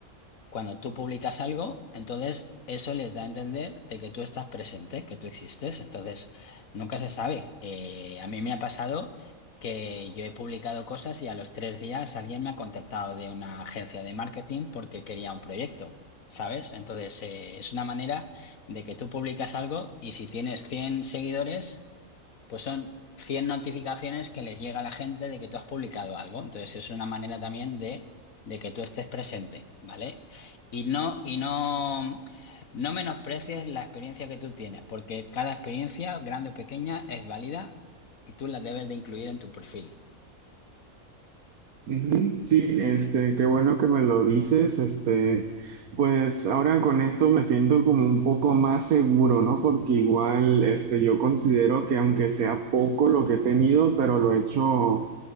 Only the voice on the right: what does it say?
Ujú, Sí, este, qué bueno que me lo dices, este, pues ahora con esto me siento como un poco más seguro, ¿no? Porque igual, este, yo considero que aunque sea poco lo que he tenido, pero lo he hecho,